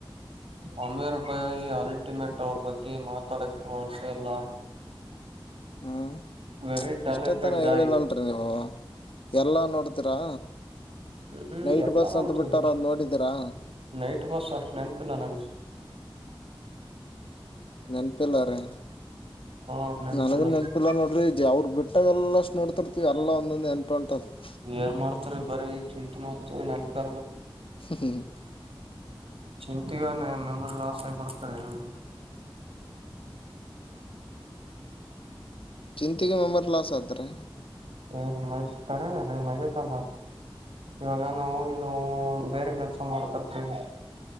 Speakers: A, on the right; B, on the left.
A: ಸಮಿರ್ ಬಾಯಿ ಅಲ್ಟಿಮೇಟ್ ಅವ್ರ ಬಗ್ಗೆ ಮಾತಾಡಕ್ಕೆ ವರ್ಡ್ಸ್ ಇಲ್ಲ.
B: ಹ್ಮ್.
A: ವೆರಿ ಟ್ಯಾಲೆಂಟೆಡ್
B: ಇಷ್ಟತ್ತನ ಹೇಳಿಲ್ಲಲ್ರಿ
A: ಗಾಯ್
B: ನೀವು ಎಲ್ಲಾ ನೋಡ್ತೀರಾ.
A: ಹ್ಮ್
B: ನೈಟ್
A: ಎಲ್ಲಾ
B: ಬಸ್
A: ನೋಡ್ತವ್ರಿ
B: ಅಂತ ಬಿಟ್ಟರಾ ಅದ್ ನೋಡಿದೀರಾ.
A: ನೈಟ್ ಬಸ್ ಅಷ್ಟ ನೆನ್ಪ್ ಇಲ್ಲ ನನಿಗೆ.
B: ನೆನಪಿಲ್ಲ ರೀ
A: ಹಾ ನೆನಪಿಲ್ಲ
B: ನನಗೂ ನೆನಪಿಲ್ಲಾ
A: ಸರ್
B: ನೋಡ್ರಿ ಅವ್ರು ಬಿಟ್ಟಾಗ ಎಲ್ಲ ಅಷ್ಟು ನೋಡ್ತಿರ್ತಿವಿ ಎಲ್ಲ ಒಂದೊಂದು <unintelligible>
A: ಏನ್ ಮಾಡ್ತೀರಿ ಬರೀ ಚಿಂತ್ ಮಾಡ್ತವಿ ನೆನಪೇ ಇರಲ್ಲ.
B: ಹ್ಮ್ ಹ್ಮ್.
A: ಚಿಂತಿಗೆ ನನ್ ಮೆಮೊರಿ ಲಾಸ್ ಆಗ್ಬಿಡುತ್ತೋ ಏನೋ.
B: ಚಿಂತಿಗೆ ಮೆಮರಿ ಲಾಸ್ ಆಗುತ್ತೆ ರೀ.
A: ಹ್ಮ್ <unintelligible> ಖರೇನೆ ರಿ <unintelligible> ಇವಾಗ ನಾವು ಇದು ಬೇರೆ ಕೆಲ್ಸ ಮಾಡ್ತಿರ್ತೀವಿ